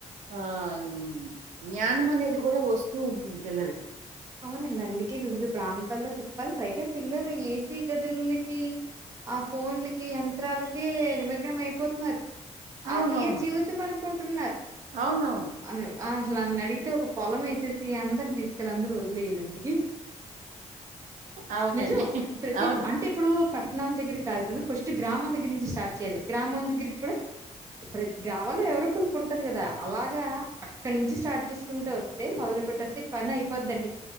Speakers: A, on the right; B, on the right.
A: ఆ ఊ జ్ఞానం అనేది గూడా వస్తూ ఉంటుంది పిల్లలకి.
B: అవునండి అందుకే వివిధ ప్రాంతాల్లో తిప్పాలి, పైగా పిల్లలు ఏసీ గదులకి ఆ ఫోన్లకి యంత్రాలకే నిమగ్నం అయిపోతున్నారు.
A: అవునవును.
B: అది ఏ జీవితం అనుకుంటున్నారు,
A: అవునవును.
B: అని ఆ నన్ని అడిగితే ఒక పొలం ఏసేసి అందరిని తీసుకెళ్లి అందులో వ లేలండి,
A: అవునండి.
B: నిజం ప్రతి
A: అవును.
B: అంటే ఇప్పుడు పట్నాలా దగ్గర కాదు కదా, ఫస్ట్ గ్రామం దగ్గర నుంచి స్టార్ట్ చేయాలి, గ్రామం దగ్గరికి కూడా ప్రతి గ్రామంలో ఎవరో ఒకళ్ళకుంటది కదా, అలాగా అక్కడి నుంచి స్టార్ట్ చేసుకుంటూ వస్తే మల్ పెట్టొస్తే పనయిపోద్దండి.